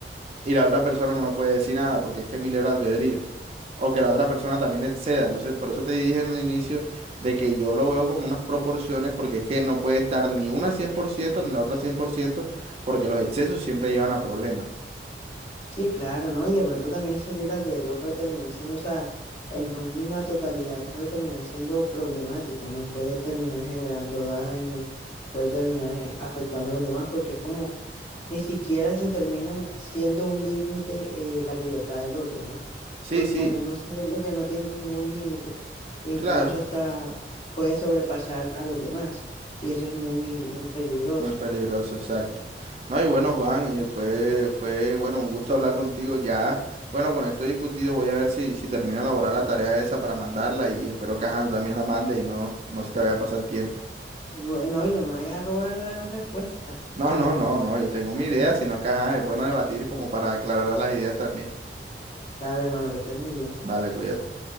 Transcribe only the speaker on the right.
y la otra persona no me puede decir nada porque es que es mi libre albedrío. O que la otra persona también exceda. Entonces, por eso te dije en el inicio de que yo lo veo como unas proporciones porque es que no puede estar ni una 100% ni la otra 100% porque los excesos siempre llevan a problemas.
Sí,
sí,
claro.
Muy peligroso, exacto. No, y bueno, Juan, eh, fue, fue, bueno, un gusto hablar contigo ya. Bueno, con esto discutido voy a ver si, si termino de elaborar la tarea esa para mandarla y espero que ajá, tú también la mandes y no, no se te vaya a pasar tiempo.
No, no, no, no, yo tengo mi idea, sino que ajá, es bueno debatir como para aclarar las ideas también.
Dale, cuídate.